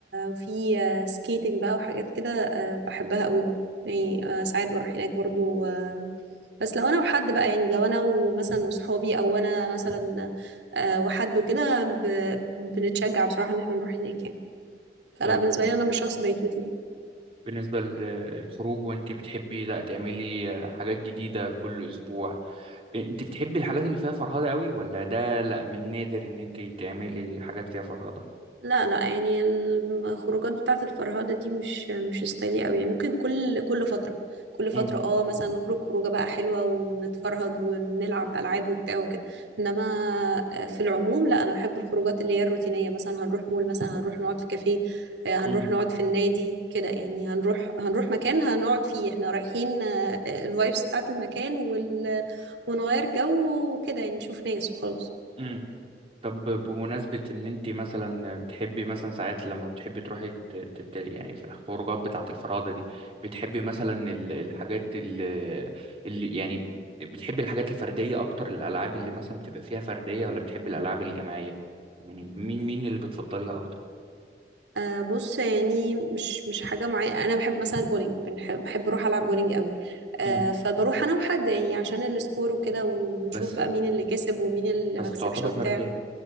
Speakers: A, on the right (about 90°); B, on the right (about 35°).
A: في سكيتنج بقى وحاجات كده آه، بحبها قوي برضو يعني آه، ساعات بروح هناك برضو آه، بس لو انا وحد بقى يعني لو انا ومثلا وصحابي او انا مثلا
B: مم.
A: آه، وحد وكده ب- بنتشجع بصراحة ان احنا نروح هناك يعني فلا
B: طيب
A: بالنسبة لي انا مش شخص بيتوتي يعني.
B: بالنسبة للخروج وانت بتحبي لا تعملي حاجات جديدة كل اسبوع انت بتحبي الحاجات اللي فيها فرهدة قوي ولا ده لا من نادر ان انت تعملي حاجات فيها فرهدة
A: لا لا يعني الخروجات بتاعة الفرهدة دي مش مش ستايلي قوي يعني ممكن كل كل فترة كل فترة
B: مم.
A: اه مثلا نخرج خروجة بقى حلوة ونتفرهد ونلعب ألعاب وبتاع وكده انما آه، في العموم لا انا بحب الخروجات اللي هي الروتينية مثلا هنروح مول مثلا هنروح نقعد في كافيه آه، هنروح
B: مم.
A: نقعد في النادي كده يعني هنروح هنروح مكان هنقعد فيه احنا رايحين الفايبس بتاعة المكان وال ونغير جو وكده يعني نشوف ناس وخلاص
B: مم. طب بمناسبة إن أنت مثلا بتحبي مثلا ساعات لما بتحبي تروحي ت- ت- ت- يعني في الخروجات بتاعة الفرادة دي بتحبي مثلا ال- الحاجات اللي, اللي يعني بتحبي الحاجات الفردية أكتر الألعاب اللي مثلا بتبقى فيها فردية ولا بتحبي الألعاب الجماعية؟ يعني مين مين اللي بتفضليها أكتر؟
A: أه بص يعني مش مش حاجة معينة أنا بحب مثلا البولينج بنحب بحب أروح ألعب بولينج قوي أه
B: مم.
A: فبروح أنا وحد يعني عشان السكور وكده ونشوف
B: بس
A: بقى مين اللي كسب ومين اللي
B: بس
A: ما كسبش
B: تعتبر
A: وبتاع
B: فردية